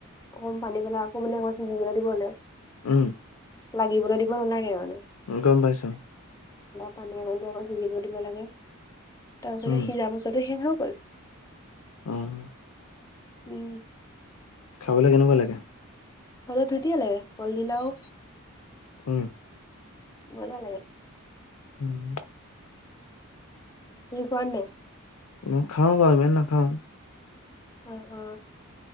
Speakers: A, on the left (about 15°); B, on the left (about 80°).
A: অকণ পানী পেলাই, আকৌ কিবা দিব লাগে।
B: উম,
A: লাগিবলৈ দিব নালাগে, মানে।
B: গম, পাইছোঁ।
A: পানী অকণ দি সিজিব দিব লাগে, তাৰ পিছতে
B: উম
A: সিজা পিছতে সেই হৈ গ'ল
B: উম
A: উম
B: খাবলৈ কেনেকুৱা লাগে?
A: খাবলৈ ধুনীয়া লাগে কলডিল আৰু
B: উম
A: মজা লাগে।
B: <inaudible>
A: তুমি খুৱা নে নাই?
B: মই খাওঁ বাৰু, ইমান নাখাওঁ।
A: অ' অ'।